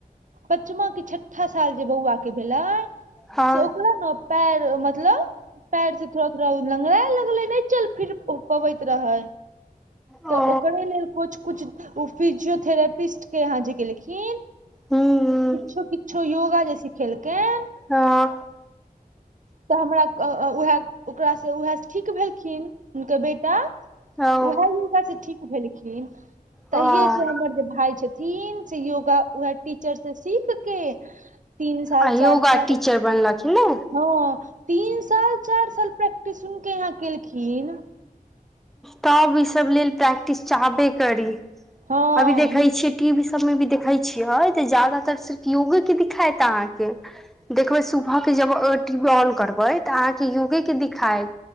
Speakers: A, on the right (about 55°); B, in the centre.
A: पचमा के छठा साल जे बौआ के भेलै
B: हँ
A: से ओकरा ने पएर मतलब पएरसँ थोड़ा थोड़ा लँगराै लगलै नहि चल फिर ओ पबैत रहै
B: ओ
A: तऽ ओकरे लेल किछु किुछु ओ फिजियोथेरापिस्ट के यहाँ जे गेलेलखिन
B: हूँ
A: तऽ किछो किछो योगा जे सिखेलकैन
B: हँ
A: तऽ हमरा उएह ओकरासँ उएह ठीक भेलखिन हुनकर बेटा
B: हँ
A: उएह योगा से ठीक भेलखिन तहिे
B: हँ
A: से हमर जे भाय छथि थिन से योगा उएह टीचर से सीख के तीन साल
B: आ
A: चार
B: योगा
A: साल
B: टीचर बनलखिन न
A: हँ तीन साल चारि साल प्रैक्टिस उनक केे यहाँ केलखिन
B: तब ई सब लेल प्रैक्टिस चाहबे करी
A: हँ
B: अभी देखै
A: हुन-
B: छीयै टीवी सब मे भी देखै छियै तऽ ज्यदातर सिर्फ योगे के दिखायत अहाँके देखबै सुबह के जब टी वी ऑन करबै तऽ अहाँके योगे के दिखाइत